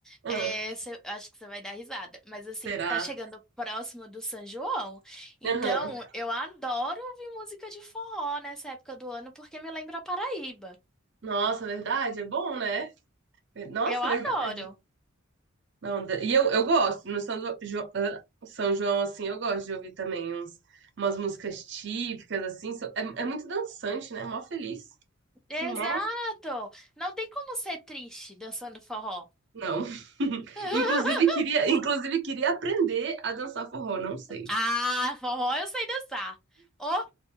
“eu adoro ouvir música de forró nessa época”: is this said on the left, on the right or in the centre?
Centre